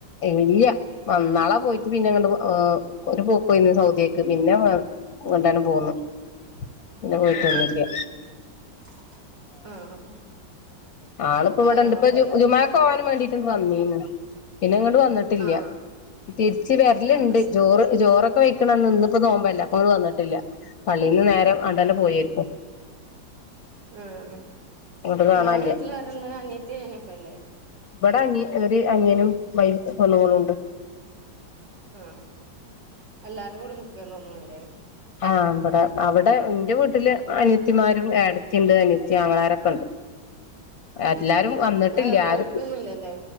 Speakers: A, on the left; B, on the right.
A: ഇല്ല മന്നാളാ പോയിട്ട് പിന്നെങ്ങണ്ട് ഒരു പൂക്കയിന്ന് സൗദിയക്ക് പിന്നെ കൊണ്ടെ പോന്നുന്നു പിന്നെ പോയിട്ടൊന്നില്ല
B: ആഹ് ആഹ് <inaudible>
A: ആളിപ്പോ
B: വേറെ
A: ഇവിടെ ഇണ്ട്
B: കൊഴപ്പൊന്നുല്ല
A: ഇപ്പ ജുമാക്ക് പോകൻ വേണ്ടിട്ടുണ്ട് വന്നീന്ന് പിന്നെ ഇങ്ങോട്ട് വന്നിട്ടില്ല
B: ആഹ്
A: തിരിച്ച് വരലുണ്ട്
B: ആഹ് ശരി
A: ചോറ് ജോറൊക്കെ വെക്കണന്ന് ഇന്ന ഇപ്പോ തോമ്പല്ല അപ്പട് വന്നിട്ടില്ല പള്ളിന്ന് നേരെ ആണ്ടന്നെ
B: ആഹ
A: പോയിരിക്കും
B: ആഹ
A: ഇങ്ങോട്ട് കാണാനില്ല
B: മള വീട്ടില അരല്ല അ എത്തി നക്കല്ല
A: ഇവിടെ അന ഒരു അനിയനും വൈഫ സ്ണ്ണങ്ങളും ഉണ്ട്
B: ആഹ എല്ലാരും കൂടി നിക്കുകന്ന് തോന്നണല്ലേ
A: ആഹ് അടെ അവിടെ എന്റെ വീട്ടില് അനസിമാരും ഇടത്തിയുണ്ട് അനസി ങ്ങളാരൊക്കെ എല്ലാരും
B: ഉം
A: വന്നിട്ടില്ല
B: ഇങ്ങള് വേറെ പോയിട്ടൊന്നുല്ലല്ലേ
A: ആരക്ക